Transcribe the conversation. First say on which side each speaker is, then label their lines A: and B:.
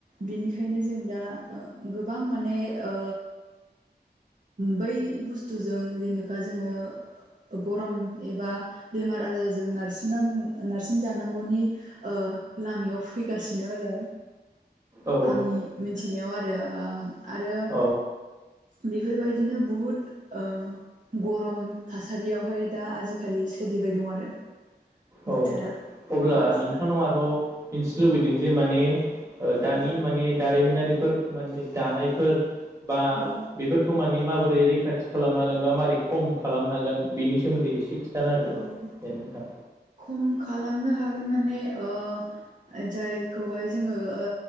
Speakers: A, on the right (about 45°); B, on the right (about 15°).
A: बिनिखाय ओंखायनो, जों दा ओ गोबां माने ओ बै बुस्थुजों जेनेखा जोंङो गरम एबा बेमार आजारजों नारसिन -नारसिन जानांगौनि ओ लामायाव फैगासिनो आरो।
B: औ
A: आंनि मिथिनायाव आरो ओ आरो
B: औ
A: बेफोरबायदिनो बुहुद, ओ गरम थासारियावहाय दा आजिखालि सोर फैबाय दं आरो
B: औ,
A: बोथोरा
B: अब्ला
A: औ
B: नोंथांनाव आरोबाव मिन्थिनो लुबैदों जे माने
A: औ
B: दानि माने दारिमिनारिफोर माने दानायफोर बा
A: औ
B: बेफोरखौ माने माबोरै रैखाथि खालामनो हागोन बा मै खम खालामनो हागोन बेनि सोन्दैसे एसे‌ <unintelligible> खोनथाना‌ दे
A: औ
B: नोंथां?
A: खम खालामनो हागोन माने ओ जायखौहाय जोंङो ओ